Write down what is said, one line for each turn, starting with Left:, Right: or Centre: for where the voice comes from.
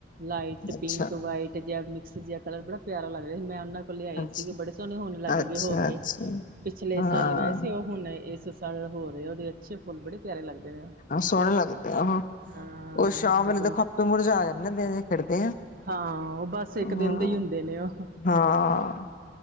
Right: ਲਾਈਟ
Left: ਅੱਛਾ
Right: ਪਿੰਕ, ਵਾਈਟ ਜਿਆ ਮਿਕਸ ਜਿਆ। ਕਲਰ ਬੜਾ ਪਿਆਰਾ ਲੱਗ ਰਿਆ ਹੀ, ਮੈਂ ਓਨਾ ਓ ਲਿਆਏ
Left: ਅੱਛਾ
Right: ਸੀਗੇ ਬੜੇ ਸੋਹਣੇ ਹੁਣ ਲੱਗ
Left: ਅੱਛਾ
Right: ਗੇ, ਹੋ ਗੇ।
Left: ਅੱਛਾ
Right: ਪਿਛਲੇ
Left: ਹਾਂ
Right: ਸਾਲ ਲਗਏ ਸੀ ਓ। ਹੁਣ ਏਸ ਸਾਲ ਹੋ ਰੇ ਓਦੇ ਅੱਛੇ ਫੁੱਲ ਬੜੇ ਪਿਆਰੇ ਲੱਗਦੇ ਨੇ।
Left: ਆ ਸੋਹਣੇ ਲੱਗਦੇ
Right: ਹਾਂ
Left: ਉਹ, ਸ਼ਾਮ
Right: ਡਬਲ
Left: ਵੇਲੇ ਦੇਖੋ ਆਪੇ ਮੁਰਝਾ ਜਾਂਦੇ ਦਿਨੇ ਖਿੜਦੇ ਆ।
Right: ਹਾਂ ਉਹ ਬਸ ਇੱਕ
Left: ਹਾਂ-
Right: ਦਿਨ ਦੇ ਹੀ ਹੁੰਦੇ ਨੇ ਉਹ
Left: ਹਾਂ।